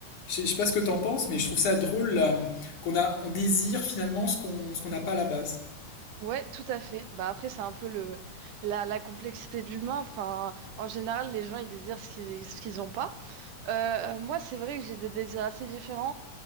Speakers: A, on the left (about 70°); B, on the right (about 80°).
A: je sais je sais pas ce que t'en penses, mais je trouve ça drôle là, qu'on a, on désire finalement ce qu'on ce qu'on n'a pas à la base.
B: ouais, tout à fait. Bah après, c'est un peu le la, la complexité de l'humain. Enfin, en général, les gens ils désirent ce qu'ils ce qu'ils n'ont pas. Euh, moi, c'est vrai que j'ai des désirs assez différents.